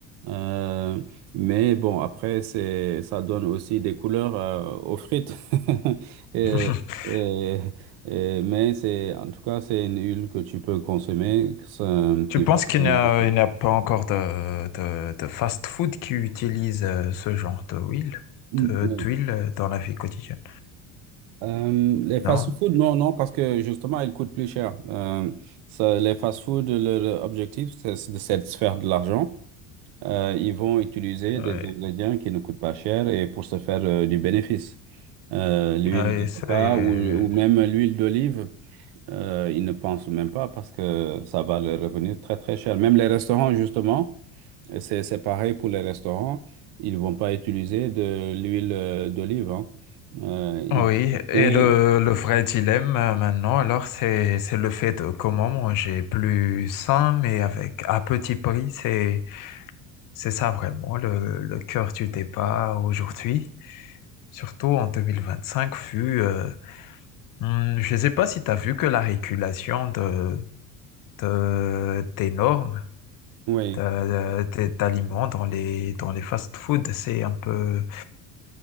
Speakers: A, on the right; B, on the left.
A: Euh, mais bon, après, c'est, ça donne aussi des couleurs euh, aux frites. <laughs> Et-
B: <laughs>
A: et- et- mais c'est, en tout cas, c'est une huile que tu peux consommer que ça-
B: Tu
A: qui
B: penses
A: va
B: qu'il
A: prendre
B: n'y a,
A: un peu de temps.
B: il n'y a pas encore de, de, de fast-food qui utilise euh, ce genre de huile,
A: Mm,
B: de-
A: oui.
B: d'huile dans la vie quotidienne?
A: Euh, les
B: Non?
A: fast-food, non, non, parce que justement, ils coûtent plus cher. Euh, ça, les fast-food, leur objectif, c'est c'est de se faire de l'argent. euh, ils vont utiliser
B: Ouais.
A: des ingrédients qui ne coûtent pas cher et pour se faire euh, du bénéfice. Euh, l'huile
B: Ouais,
A: d'avocat
B: c'est-
A: ou, ou même l'huile d'olive, euh, ils ne pensent même pas parce que ça va leur revenir très très cher. Même les restaurants, justement, c'est, c'est pareil pour les restaurants, ils ne vont pas utiliser de l'huile euh, d'olive. hein. Euh, ils
B: Oui,
A: vont-
B: et le,
A: et-
B: le vrai dilemme euh, maintenant, alors, c'est, c'est le fait de comment manger plus sain, mais avec à petit prix. C'est, c'est ça vraiment le, le cœur du débat aujourd'hui, surtout en 2025, vu, euh, hmm, je ne sais pas si tu as vu que la régulation de, de- des normes
A: Oui,
B: de- de- d'aliments dans les, dans les fast-foods, c'est un peu